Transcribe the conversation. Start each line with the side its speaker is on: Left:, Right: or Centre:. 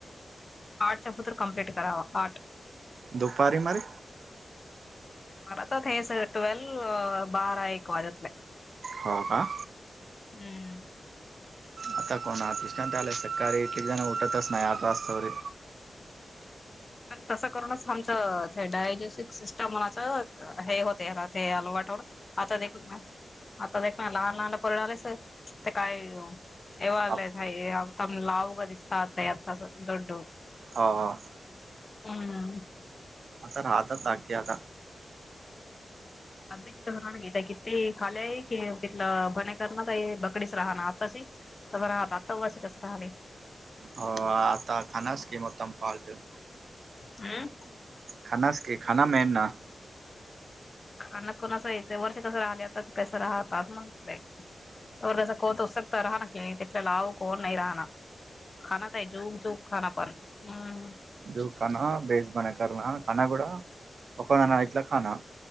Left: आठच्या पुत्र कम्प्लीट करावा आठ
Right: दुपारी मारी
Left: परातात हेसर टेवल बारा एक वाजत नाइ.
Right: हो का?
Left: हम्म.
Right: आता कोण असिस्टंट आल तर सकाळी कीती जण उठतच नाही आठ वास्तावरे
Left: पण तसं करूनच आमचं ते डायजेस्टिव सिस्टम म्हणाच हे होतय ते आलो वाटोवर आता देखील म आता ते कानावर लहान पोर आलसे तिथं काय? <unintelligible>
Right: हो ह ह.
Left: हम्.
Right: आता राहतातकी्या आता.
Left: अधचथ राहण घता किती खाली आहे की तिथलं भन करण का बकडीच राह ना आताची. कसं राहत आतास कसं राहलय.
Right: हो आता खानास किंमतम फाल्ट.
Left: हम्.
Right: खान खाना म ना.
Left: अ्ना कोणा असं येतं वर्ष कसं राहिले आता कसं राहत म्हणलंय. तर कस कोत उसकत राहा ना क ते लावू कोण नाही राहना. खाना आहे झूक झूक खाण पण हम्.
Right: जु काना बेस बना करना खना कड द ना इटला खाना.